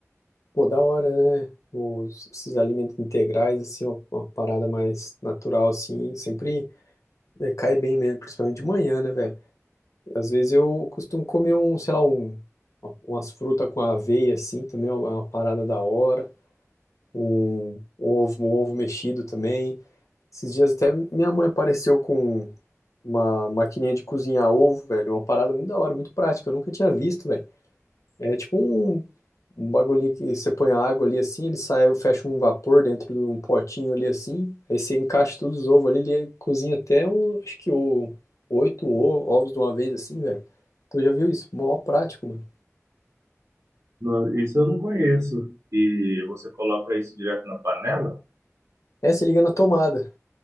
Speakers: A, on the left (about 75°); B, on the right (about 70°).
A: Pô, da hora, né? Os, esses alimentos integrais, assim, uma, uma parada mais natural, assim, sempre é, cai bem mesmo, principalmente de manhã, né, velho? Às vezes eu costumo comer um, sei lá, um, umas frutas com aveia, assim, também é uma é uma parada da hora. Um, um ovo, um ovo mexido também. Esses dias até minha mãe apareceu com uma maquininha de cozinhar ovo, velho. Uma parada muito da hora, muito prática. Eu nunca tinha visto, velho. É tipo um, um bagulhinho que você põe a água ali assim, ele sai, fecha um vapor dentro de um potinho ali assim. Aí você encaixa todos os ovos ali, ele cozinha até um, acho que o, oito o- ovos de uma vez assim, velho. Tu já viu isso? Mó prático, mano.
B: Não, isso eu não conheço. E você coloca isso direto na panela?
A: É, você liga na tomada.